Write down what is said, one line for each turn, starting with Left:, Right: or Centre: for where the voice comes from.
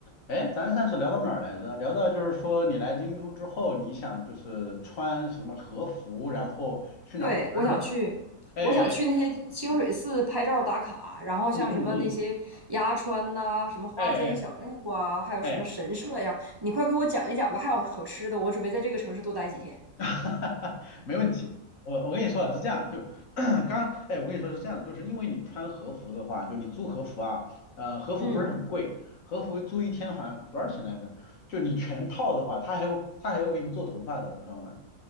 Left: 哎，咱上次聊到哪儿来着？聊到就是说你来京都之后，你想就是穿什么和服，然后去哪儿玩儿是吧？
Right: 对，我想去，
Left: 哎哎，
Right: 我想去那些清水寺拍照打卡，然后像什么那些鸭川呐、
Left: 嗯嗯嗯，
Right: 什么花间小路啊，
Left: 哎哎
Right: 还有什么神社呀，
Left: 哎，
Right: 你快给我讲一讲吧。还有好吃的，我准备在这个城市多待几天。
Left: <laughs> 没问题。我我跟你说啊，是这样，就 <clears throat> 刚刚哎，我跟你说是这样的，就是因为你穿和服的话，就你租和服啊，呃，和服不是很贵，
Right: 嗯，
Left: 和服租一天好像多少钱来着？就你全套的话，他还有他还有给你做头发的，你知道吗？